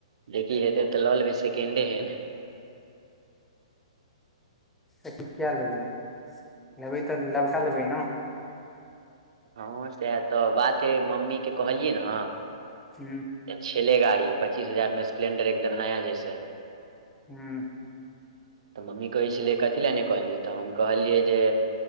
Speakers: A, on the right; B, in the centre.
A: देखि हेतै तऽ लऽ लेबै सेकेंडे हेन्ड
B: त की किया लेबै लेबै तऽ, लबका लेबै नऽ।
A: हँ सएह तऽ बात हइ मम्मीके कहलियै नऽ,
B: ह
A: छलेले गाड़ी पच्चीस हजार मे स्प्लेंडर एकदम नया जैस
B: हूँ
A: तऽ मम्मी कहैसलिए कथी लए नहि कहलियी तऽ हम कहलियै जे